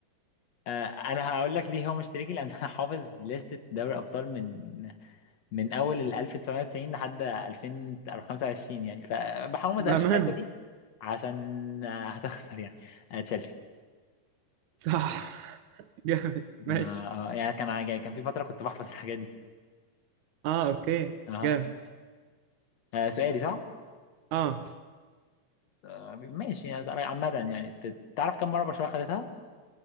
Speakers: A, on the left (about 55°); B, on the right (about 70°).
A: آه انا هقول لك ليه هو مشتركي <laughs> لان انا حافظ لستة دوري الابطال من من اول ال 1990 لحد 2025 يعني فبحاول ما
B: بأمانة
A: اسالش في الحتة دي عشان آه، هتخسر يعني آه تشيلسي
B: صح <laughs> جامد
A: ما
B: ماشي
A: آه يعني كان عاجي- كان في فترة كنت بحفظ الحاجات دي
B: اه اوكي
A: اها
B: جامد
A: آه سؤالي صح؟
B: اه,
A: آه، ماشي يعني عامة يعني ت- تعرف كم مرة برشلونة خدتها؟